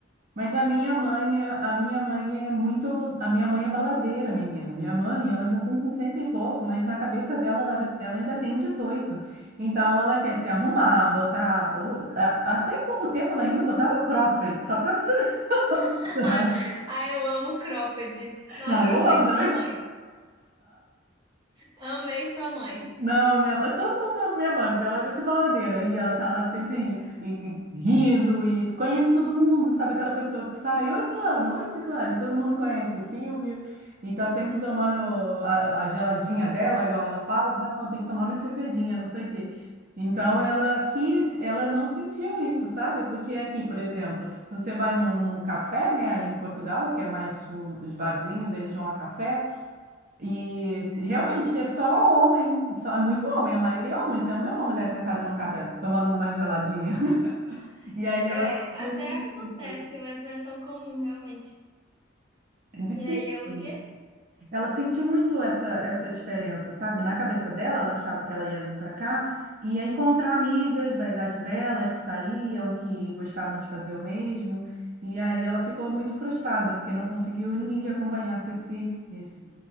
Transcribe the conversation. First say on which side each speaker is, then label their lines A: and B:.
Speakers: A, on the right (about 45°); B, on the right (about 25°).
A: Mas a minha mãe, é- a minha mãe é muito, a minha mãe é baladeira, menina. Minha mãe, ela já tem 60 e pouco, mas na cabeça dela ela, ela ainda tem dezoito Então ela quer se arrumar, botar, ou- a- até pouco tempo ela ainda botava cropped, só para você. <laughs>
B: <laughs>
A: ver.
B: Ah, eu amo cropped. Nossa,
A: Não, eu
B: eu amei
A: amo
B: sua
A: também.
B: mãe. Amei sua mãe.
A: Não, a minha, todo mundo ama minha mãe, porque ela é muito baladeira. E ela tá lá sempre e- e rindo e conhece todo mundo, sabe aquela pessoa que sai, oi fulano, oi ciclano, e todo mundo conhece, é Silvio. E tá sempre tomando a, a geladinha dela, igual ela fala, ah, não, tem que tomar minha cervejinha, não sei o quê. Então ela quis, ela não sentiu isso, sabe? Porque aqui, por exemplo, se você vai num, num café, né, aí em Portugal, que é mais o- os barzinhos, eles vão a café. E realmente é só homem, só, é muito homem, a maioria é homem. Você não vê uma mulher sentada num café tomando uma geladinha. <laughs> E aí ela
B: É,
A: sentiu
B: até acontece,
A: muito.
B: mas não é tão comum, realmente.
A: É difícil.
B: E aí é o quê?
A: Ela sentiu muito essa, essa diferença, sabe? Na cabeça dela, ela achava que ela ia vir para cá e ia encontrar amigas da idade dela que saíam, que gostavam de fazer o mesmo. E aí ela ficou muito frustrada, porque não conseguiu ninguém que acompanhasse esse, esse,